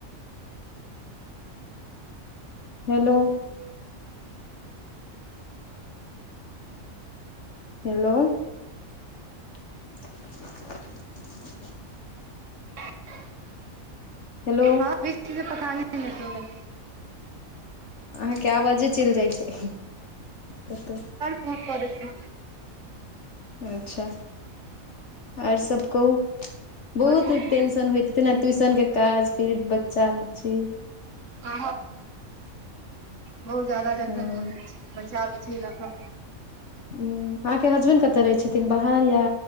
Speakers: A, on the left; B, on the right.
A: हेलो हेलो <inaudible>
B: <inaudible>
A: हेलो
B: हँ बीच बीज मे पताहे नहि चलै
A: अहाँ कए आबाजे चलि जाइ छै कतहु
B: के कऽ देतै
A: अच्छा आओर सब कहू बहुत
B: और सब
A: टेंशन होयत हेतैक नै ट्यूशन के काज फिर बच्चा बुच्ची
B: हँ बहुत ज्यादा टेंशन
A: हँ
B: भऽ जिय छै बच्चा बुच्ची लऽ कऽ
A: हँ अहाँके हसबैंड कतऽ रहै छथिन बाहर या